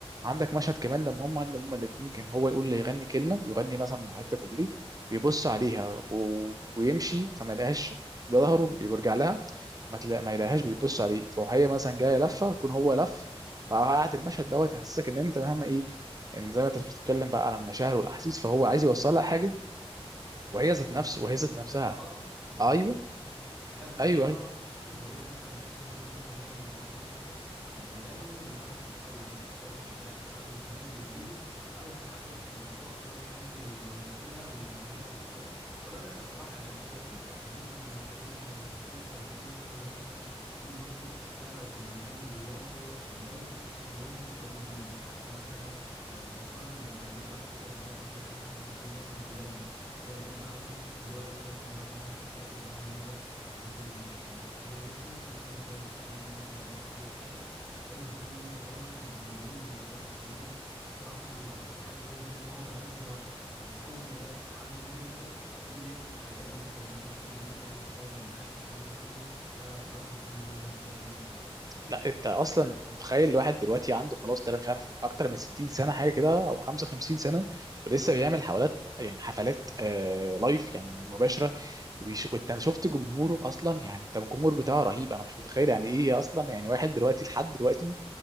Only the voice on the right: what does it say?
عندك مشهد كمان لما هم لما هم الاثنين كان هو يقول لي يغني كلمه يغني مثلا حته كوبليه بيبص عليها و... ويمشي فما يلاقيهاش ظهره بيرجع لها ما تلا... ما يلاقيهاش بتبص عليه تروح هي مثلا جايه لفه يكون هو لف فقعد المشهد دوت يحسسك ان انت مهما ايه ان زي ما انت بتتكلم بقى عن المشاعر والاحاسيس فهو عايز يوصل لها حاجه وهي ذات
نفسه
وهي ذات
نفسها
ايوه
ايوه أيوه.
لا انت اصلا متخيل الواحد دلوقتي عنده خلاص تقريبا مش عارف اكتر من 60 سنه حاجه كده او 55 سنه ولسه بيعمل حفلات يعني حفلات آه لايف يعني مباشره وبيش- وانت شفت جمهوره اصلا يعني انت الجمهور بتاعه رهيب انا مش متخيل يعني ايه اصلا يعني واحد دلوقتي لحد دلوقتي